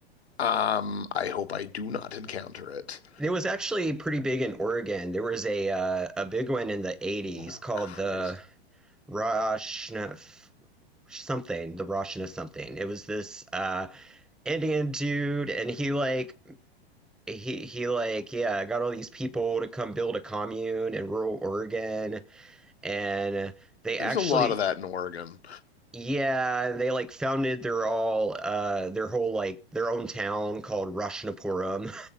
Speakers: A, on the left; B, in the centre.
A: Um, I hope I do not encounter it.
B: It was actually pretty big in Oregon. There was a uh, a big one in the 80s
A: Oh,
B: called
A: Christ.
B: the Roshna something, the Roshna something. It was this uh Indian dude and he like he he like yeah got all these people to come build a commune in rural Oregon and they
A: There's
B: actually
A: a lot of that in Oregon.
B: yeah they like founded their all uh their whole like their own town called Roshnapuram